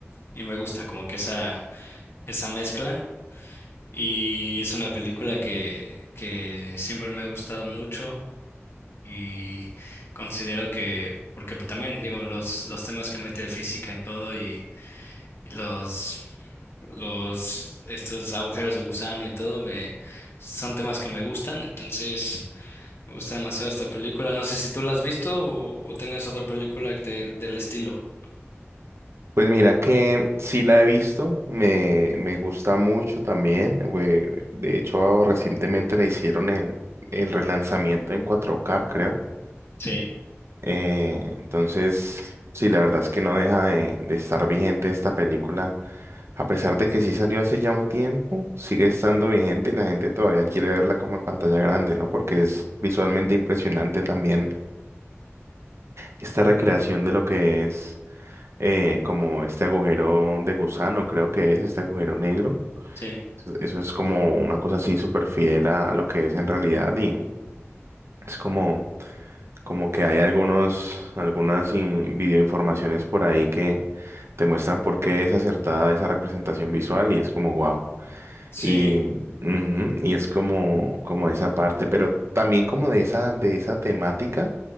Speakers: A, on the left; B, on the right.
A: y me gusta como que esa, esa mezcla y es una película que, que siempre me ha gustado mucho y considero que, porque también digo, los, los temas que mete de física y todo y, y los, los, estos agujeros de gusano y todo, me- son temas que me gustan, entonces... Me gusta demasiado esta película. No sé si tú la has visto o, o tengas otra película de- del estilo.
B: Pues mira que sí la he visto, me, me gusta mucho también. we- De hecho, recientemente le hicieron el, el relanzamiento en 4K, creo.
A: Sí,
B: Eh, entonces, sí, la verdad es que no deja de, de estar vigente esta película. A pesar de que sí salió hace ya un tiempo, sigue estando vigente y la gente todavía quiere verla como en pantalla grande, ¿no? Porque es visualmente impresionante también esta recreación de lo que es. eh, como este agujero de gusano, creo que es este agujero negro.
A: sí,
B: Eso, eso es como una cosa así súper fiel a, a lo que es en realidad y es como, como que hay algunos, algunas in- videoinformaciones por ahí que te muestran por qué es acertada esa representación visual y es como wow.
A: sí.
B: Y, ujú, y es como, como esa parte, pero también como de esa, de esa temática,